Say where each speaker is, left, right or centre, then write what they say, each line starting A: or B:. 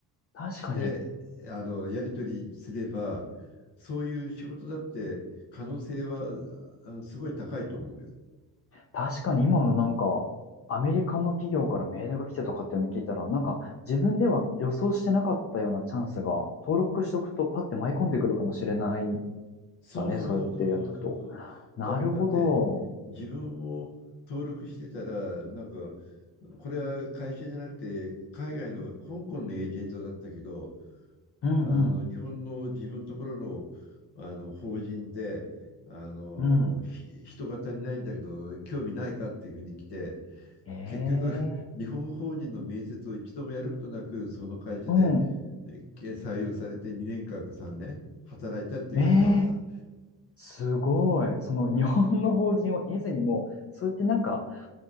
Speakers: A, on the left; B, on the left.
A: 確かに。
B: して、あの、やり取りすれば、そういう仕事だって可能性はあすごい高いと思うよ。
A: 確かに今のなんか、アメリカの企業からメールが来てとかっていうのを聞いたら、なんか自分では予想してなかったようなチャンスが、登録しとくとパッて舞い込んでくるかもしれない
B: そうそうそうそうそうそうそう。
A: だね、そうやってやっておくと。なるほど。
B: だから、だって、自分も登録してたら、なんか、これは会社じゃなくて、海外の香港のエージェントだったけど、
A: うんうん。
B: あの日本の自分のところの、あの法人であのひ人が足りないんだけど興味ないかっていうふうに来て
A: うん。ええ
B: 結局、<laughs> 日本法人の面接を一度もやることなく、その会社で
A: うん。
B: えー採用されて2年間か3年働いたっていうこともあった。
A: ええすごい。その日本の法人を得ずにもう、そうやってなんか、